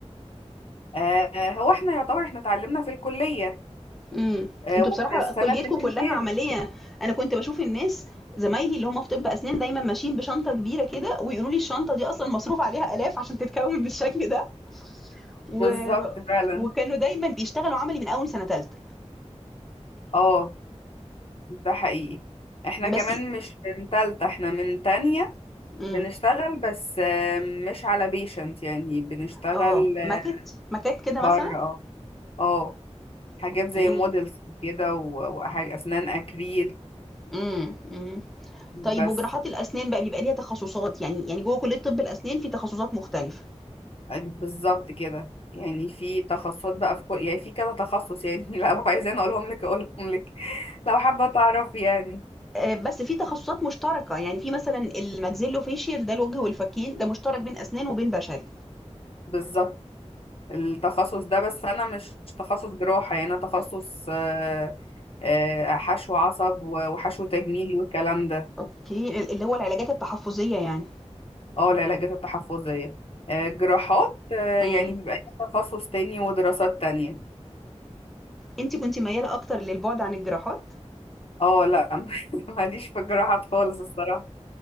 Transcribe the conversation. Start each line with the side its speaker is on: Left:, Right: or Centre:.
Left: آه هو احنا يعتبر احنا اتعلمنا في الكلية
Centre: إمم.
Left: آه
Centre: أنتم
Left: وفي
Centre: بصراحة
Left: السنة
Centre: كُلّيتكم
Left: في الامتياز
Centre: كلّها عملية، أنا كنت باشوف الناس زمايلي اللي هم في طِب أسنان دايمًا ماشيين بشنطة كبيرة كده ويقولوا لي الشنطة دي أصلًا مصروف عليها آلاف عشان تتكوِّن <laughs> بالشكل ده و
Left: بالظبط فعلا
Centre: وكانوا دايمًا بيشتغلوا عملي من أول سَنة تالتة.
Left: اه ده حقيقي احنا كمان
Centre: بس
Left: مش من تالتة احنا من تانية
Centre: إمم.
Left: بنشتغل بس آه، مش على بيشنت يعني بنشتغل
Centre: آه.
Left: آه،
Centre: ماكت ماكات كده
Left: بره
Centre: مثلًا؟
Left: اه اه حاجات
Centre: أوكي.
Left: زي مودلز وكده و- وحاجة أسنان أكريل
Centre: إمم، إمم. طيب
Left: بس
Centre: وج梢ات الأسنان بقى بيبقى ليها تخصُّصات، يعني يعني جوّه كُلّية طِب الأسنان في تخصُّصات مختلفة.
Left: بالظبط كده يعني في تخصصات بقى في كل يعني في كذا تخصص يعني <laughs> لو عايزين أقولهم لك أقولهم لك لو حابة تعرف يعني
Centre: آه، بس في تخصصات مشتركة يعني في مثلا الماكسيلوفيشيال ده الوجه والفكين ده مشترك بين أسنان وبين بشري
Left: بالظبط التخصص ده بس أنا مش تخصص جراحة يعني أنا تخصص آه، آه، حشو عصب و- وحشو تجميلي والكلام ده
Centre: اوكي ال- اللي هو العلاجات التحفظية يعني
Left: اه العلاج التحفظية آه، جراحات آه،
Centre: امم
Left: يعني بيبقى ليها تخصص تاني ودراسات تانية
Centre: انت كنت ميالة اكتر للبعد عن الجراحات
Left: اه لا <laughs> ماليش في الجراحات خالص الصراحة